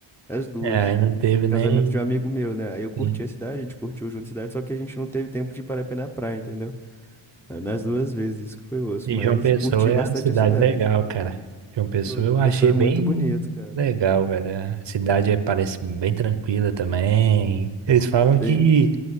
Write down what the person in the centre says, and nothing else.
as duas.
Casamento de um amigo meu, né? Aí eu curti
a cidade, a gente curtiu junto a cidade, só que a gente não teve tempo de parar pra ir na praia, entendeu? Eh, Nas duas vezes, isso que foi osso,
mas
curti
bastante
a cidade.
Ô, João
Pessoa é
muito bonito, cara.
Bem,